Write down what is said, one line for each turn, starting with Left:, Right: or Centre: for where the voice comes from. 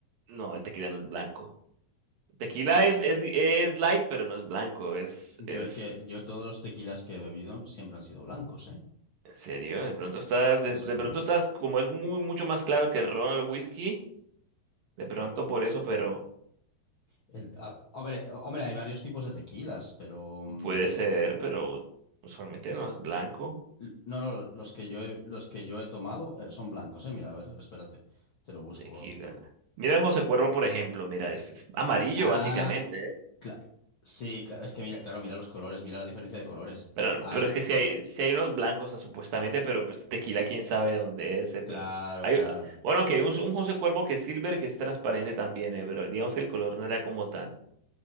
Right: No, el tequila no es blanco. El tequila es, es, es light, pero no es blanco. Es,
Left: Yo
Right: es.
Left: el que, yo todos los tequilas que he bebido siempre han sido blancos, ¿eh?
Right: ¿En serio? De pronto estás,
Left: Sí,
Right: de,
Left: sí.
Right: de pronto estás, como es muy, mucho más claro que el ron, el whisky, de pronto por eso, pero
Left: El- a, a ver, eh, hombre, hay varios tipos de tequilas, pero mm,
Right: puede ser, pero usualmente no es blanco.
Left: l- no, no, los que yo he, los que yo he tomado eh, son blancos, ¿eh? Mira, a ver, espérate, te lo busco,
Right: Tequila.
Left: te lo.
Right: Mira el José Cuervo, por ejemplo, mira, es, es amarillo
Left: Ah,
Right: básicamente.
Left: cla- sí, cla- es que mira, claro, mira los colores, mira la diferencia de colores.
Right: Pero,
Left: Ay,
Right: pero es que si hay, si hay unos blancos, o sea, supuestamente, pero pues tequila, quién sabe dónde es, eh,
Left: claro,
Right: pero hay,
Left: claro.
Right: bueno, que hay un, un José Cuervo que es silver, que es transparente también, eh, pero digamos que el color no era como tan,